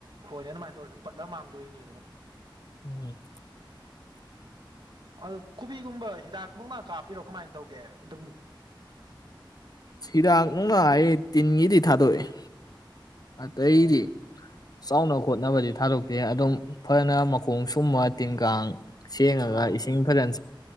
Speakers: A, on the right; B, on the left.
A: ꯍꯣꯏꯅꯦ ꯑꯗꯨꯃꯥꯏ ꯇꯧꯔꯁꯨ ꯄꯠꯂ ꯃꯥꯡꯗꯣꯏꯅꯤꯗꯣ
B: ꯎꯝ
A: ꯑꯗꯨ ꯀꯣꯕꯤꯒꯨꯝꯕ ꯍꯤꯗꯥꯛ ꯅꯨꯡꯗꯥꯛ ꯀꯥꯞꯄꯤꯔꯣ ꯀꯃꯥꯏ ꯇꯧꯒꯦ ꯗꯨꯝ
B: ꯍꯤꯗꯥꯛ ꯅꯨꯡꯗꯥꯛ ꯑꯩ ꯇꯤꯟꯒꯤꯗꯤ ꯊꯥꯗꯣꯛꯑꯥ ꯑꯇꯩꯗꯤ
A: ꯑꯣ
B: ꯆꯥꯎꯅ ꯈꯣꯠꯅꯕꯗꯤ ꯊꯥꯗꯣꯛꯇꯦ ꯑꯗꯨꯝ ꯐꯅ ꯃꯈꯣꯡ ꯁꯨꯝꯃ ꯇꯤꯟ ꯀꯥꯡ ꯁꯦꯡꯉꯒ
A: ꯑꯥ
B: ꯏꯁꯤꯡ ꯐꯖꯟ